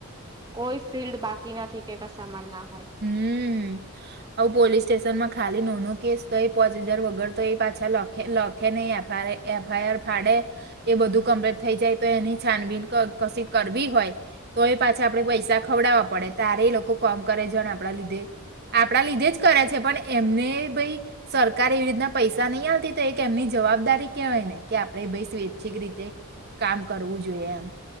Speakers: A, on the right; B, on the right.
A: કોઈ ફિલ્ડ બાકી નથી કે કસામા ના હોય.
B: હમ્મ, આવું પોલીસ સ્ટેશન માં ખાલી ન કેસ તો એ પાંચ હજાર વગર તો એ પાછા લખે લખે નહી એફા એસા આઈ આર ફાડે એ બધું કમ્પ્લેટ થઈ જાય તો એની છાનબીન કશી કરવી હોય તો એ પાછા આપડે પૈસા ખ વડાવવા પડે તારે એ લોકો કોમ કરે જણ આપણા લીધે. આપણા લીધે જ કરે છે પણ એમને ભાઈ સરકાર એવી રીતના પૈસા નહીં આવતી ત એક એમની જવાબદારી કેહેવાય ને કે આપડે ભાઈ સ્વૈચ્છિક રીતે કામ કરવું જોઈએ એમ